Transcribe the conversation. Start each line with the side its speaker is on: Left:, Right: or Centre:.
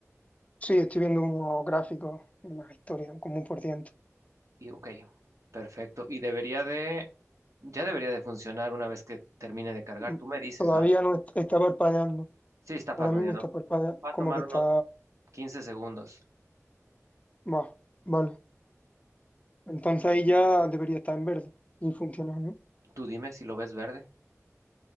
Left: sí, estoy viendo unos gráficos, una historia, como un por ciento.
Right: Y ok, perfecto. Y debería de... Ya debería de funcionar una vez que termine de cargar.
Left: Mm,
Right: Tú me dices,
Left: Todavía
Right: ¿va?
Left: no est- está parpadeando.
Right: Sí, está parpadeando.
Left: Ahora mismo está parpadeando,
Right: Va a
Left: como
Right: tomar
Left: que está.
Right: unos 15 segundos.
Left: Va, vale. Entonces ahí ya debería estar en verde y funcionar, ¿no?
Right: Tú dime si lo ves verde.